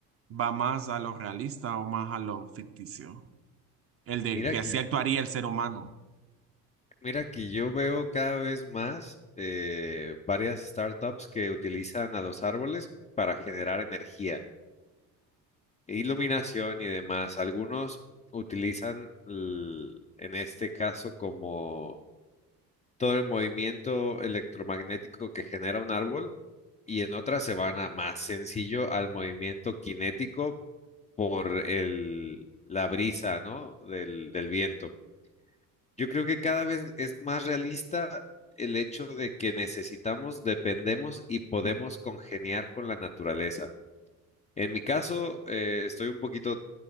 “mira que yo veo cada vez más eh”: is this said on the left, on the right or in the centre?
Left